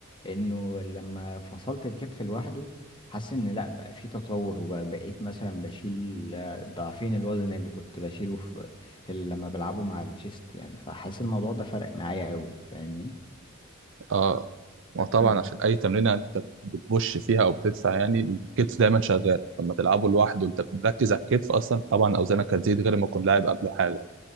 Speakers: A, on the left; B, on the right.
A: انه لما فصلت الكتف لوحده حاسس ان لا بقى في تطور وبقيت مثلا بشيل آه، ضعفين الوزن اللي كنت بشيله في, في ال- لما بلعبه مع الشيست يعني فحاسس الموضوع ده فرق معايا قوي فاهمني
B: اه وطبعا
A: طيب
B: عشان اي تمرينه انت بتبش فيها او بتدفع يعني الكتف دايما شغال لما تلعبه لوحده انت بتركز على الكتف اصلا طبعا اوزانك هتزيد غير ما تكون لاعب قبله حاجه